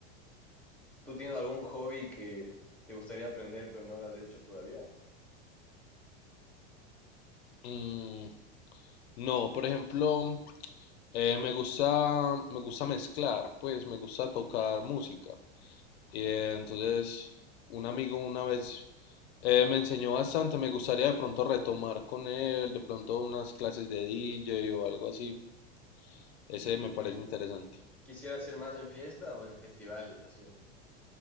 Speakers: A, in the centre; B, on the left.
A: ¿tú tienes algún hobby que te gustaría aprender pero no lo has hecho todavía?
B: Mm, no, por ejemplo, Eh, me gusta, me gusta mezclar, pues me gusta tocar música. Y eh, entonces un amigo una vez eh, me enseñó bastante, me gustaría de pronto retomar con él, de pronto unas clases de DJ o algo así. Ese me parece
A: ¿Y
B: interesante.
A: quisieras hacer más en fiesta o en festivales, así?